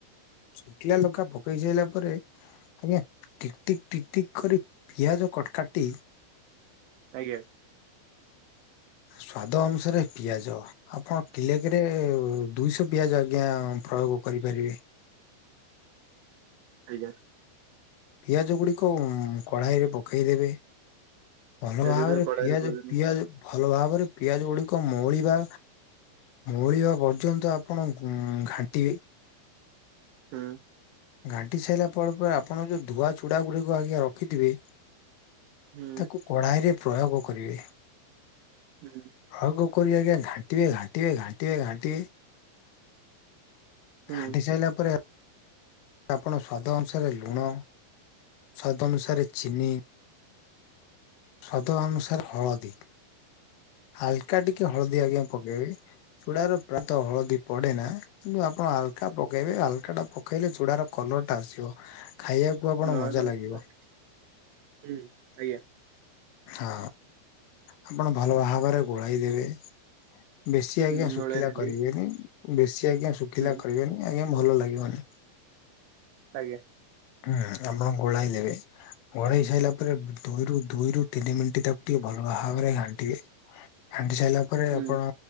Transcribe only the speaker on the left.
ଶୁଖିଲା ଲଙ୍କା ପକେଇ ସାଇଲା ପରେ ଆଜ୍ଞା ଟିକ୍ ଟିକ୍ ଟିକ୍ ଟିକ୍ କରି ପିଆଜ କଟ କାଟି
ସ୍ଵାଦ ଅନୁସାରେ ପିଆଜ ଆପଣ କିଲେକେରେ ଦୁଇଶହ ପିଆଜ ଆଜ୍ଞା ପ୍ରୟୋଗ କରିପାରିବେ।
ପିଆଜ ଗୁଡିକ କଢାଇରେ ପକେଇଦେବେ ଭଲ
ଭାବରେ
ପିଆଜ
ପିଆଜ ଭଲ ଭାବରେ ପିଆଜ ଗୁଡିକ ମଉଳିବା ମଉଳିବା ପର୍ଯ୍ୟନ୍ତ ଆପଣ ଘାଣ୍ଟିବେ।
ଘାଣ୍ଟି ସାଇଲା ପରେ ପରେ ଆପଣ ଯୋଉ ଧୁଆ ଚୁଡା ଗୁଡିକୁ ଆଜ୍ଞା ରଖିଥିବେ
ତାକୁ କଢାଇରେ ପ୍ରୟୋଗ କରିବେ।
ଆଗ କରି ଆଜ୍ଞା ଘାଣ୍ଟିବେ ଘାଣ୍ଟିବେ ଘାଣ୍ଟିବେ ଘାଣ୍ଟିବେ
ଘାଣ୍ଟି ସାଇଲା ପରେ ଆପଣ ସ୍ୱାଦ ଅନୁସାରେ ଲୁଣ ସ୍ୱାଦ ଅନୁସାରେ ଚିନି ସ୍ୱାଦ ଅନୁସାରେ ହଳଦୀ ହାଲ୍ କା ଟିକେ ହଳଦୀ ଆଜ୍ଞା ପକେଇବେ ଚୁଡାର ପ୍ରାୟତଃ ହଳଦୀ ପଡେନା କିନ୍ତୁ ଆପଣ ହାଲକା ପକେଇବେ ହାଲକା ଟା ପକେଇଲେ ଚ ଚୁଡାର କଲର ଟା ଆସିବ। ଆପଣ
ମଜା ଲାଗିବ
ହଁ ଆପଣ ଭଲ ଭାବରେ ଗୋଳାଇ ଦେବେ ବେଶୀ ଆଜ୍ଞା
ଶୁଖିଲା
କରିବେନି ବେଶୀ ଆଜ୍ଞା ଶୁଖିଲା
କରିବେନି ଆଜ୍ଞା ଭଲ ଲାଗିବନି।
ହୁଁ ଆପଣ ଗୋଳେଇ ଦେବେ ଗୋଳେଇ ସାରିଲା ପରେ ଦୁଇରୁ ଦୁଇରୁ ତିନି ମିନିଟ ତାକୁ ଟିକେ ଭଲ ଭାବରେ ଘାଣ୍ଟିବେ ଘାଣ୍ଟି ସାଇଲା ପରେ
ଆପଣ